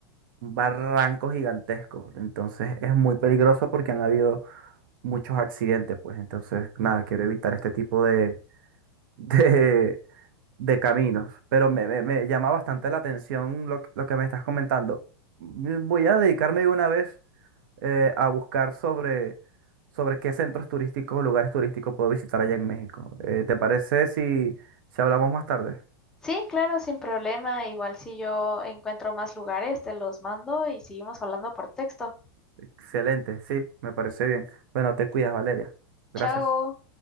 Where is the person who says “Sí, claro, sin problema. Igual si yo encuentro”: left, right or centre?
Centre